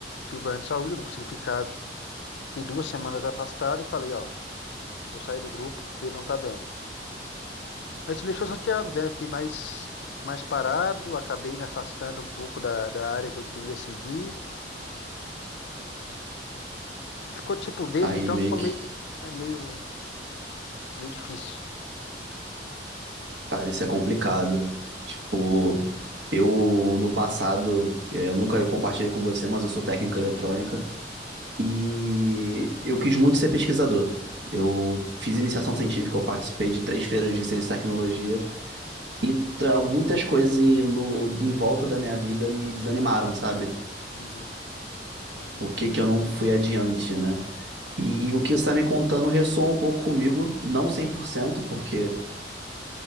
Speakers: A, on the left; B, on the right.
A: tive um problema de saúde, eu não consegui ficar, fiquei duas semanas afastado e falei, ó, vou sair do grupo porque não tá dando. Mas isso me deixou chateado, né? Eu fiquei mais, mais parado, acabei me afastando um pouco da, da área que eu queria seguir. Ficou tipo, desde
B: Aí
A: então
B: meio
A: ficou
B: que
A: meio, é, meio, meio difícil.
B: Cara, isso é complicado. Tipo, eu no passado, é, eu nunca compartilhei com você, mas eu sou técnico em eletrônica e eu quis muito ser pesquisador. Eu fiz iniciação científica, eu participei de três feiras de ciência e tecnologia e tra- muitas coisas em, no, em volta da minha vida me desanimaram, sabe?
A: Uhum.
B: Por que que eu não fui adiante, né? E o que você está me contando ressoa um pouco comigo, não 100%, porque.